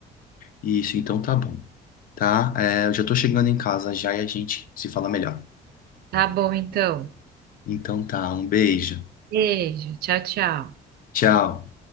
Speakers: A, on the left; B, on the right.
A: Isso, então tá bom. tá? É, eu já tô chegando em casa já e a gente se fala melhor.
B: Tá bom, então.
A: Então tá, um beijo.
B: Beijo. Tchau, tchau.
A: Tchau.